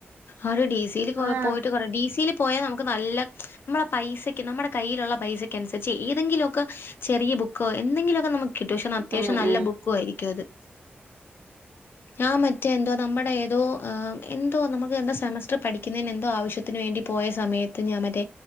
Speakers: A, on the left (about 70°); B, on the right (about 70°).
A: ആഹ് ഡിസിൽ
B: ആഹ്
A: പോയിട്ട് കുറെ ഡിസിൽ പോയാൽ നമുക്ക് നല്ല നമ്മളെ പൈസക്ക് നമ്മുടെ കയ്യിലുള്ള പൈസക്ക് അനുസരിച്ച് ഏതെങ്കിലുമൊക്കെ ചെറിയ ബുക്കോ എന്തെിലുമൊക്കെ നമുക്ക് കിട്ടും പക്ഷേ അത്യാവശം
B: ഉം
A: നല്ല
B: ഉം
A: ബുക്ക് യിരിക്കും അത് ഞാൻ മറ്റേ എന്തോ നമ്മുടെ ഏതോ എ നമുക്ക് എന്തോ സെമസ്റ്റർ പഠിക്കുന്നതിന് എന്തോ ആവശ്യത്തിന് വേണ്ടി പോയ സമയത്ത് ഞാൻ മറ്റേ